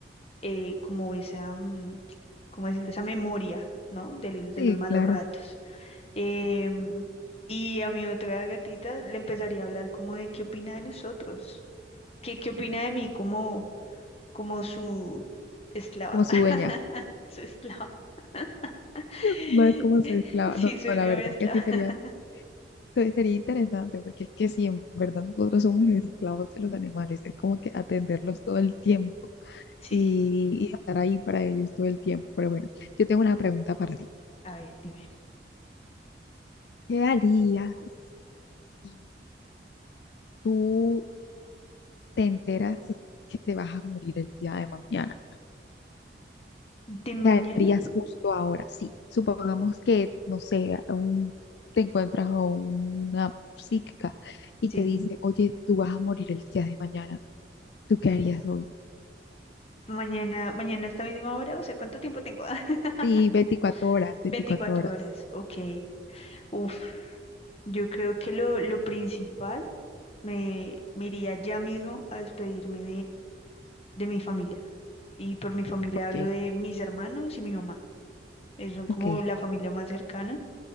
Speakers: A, on the left; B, on the left.
A: eh, como esa, mm, como decirlo, esa memoria, ¿no? Del, de
B: Sí,
A: los malos
B: claro,
A: ratos. Em, y a mi otra gatita le empezaría a hablar como de qué opina de nosotros, qué, qué opina de mí como, como su esclava,
B: como su
A: <laughs>
B: dueña,
A: su esclava. <laughs>
B: <laughs> más como su esclava.
A: Sí,
B: No,
A: soy
B: no, la
A: una
B: verdad
A: buena esclava.
B: es que sí
A: <laughs>
B: sería se- Sería interesante porque es que sí, en verdad nosotros somos esclavos de los animales, es como que atenderlos todo el tiempo
A: Sí,
B: y, y estar ahí para ellos todo el tiempo. Pero bueno, yo tengo una pregunta para ti.
A: a ver, dime.
B: ¿Qué harías si tú te enteras que te vas a morir el día de mañana?
A: ¿De mañana?
B: ¿Qué harías justo ahora? Sí, supongamos que, no sé, un- te encuentras a una psíquica y
A: Sí,
B: te dice, oye, tú vas a morir el día de mañana. ¿Tú qué harías
A: mañana, mañana a esta misma hora, o sea, ¿cuánto tiempo tengo? <laughs>
B: Sí, 24 horas, 24
A: veinticuatro
B: horas.
A: horas, ok. Uf, yo creo que lo, lo principal, me, me iría ya mismo a despedirme de mi familia. Y por mi familia
B: Ok,
A: hablo de mis hermanos y mi mamá. Ellos son como
B: ok,
A: la familia más cercana.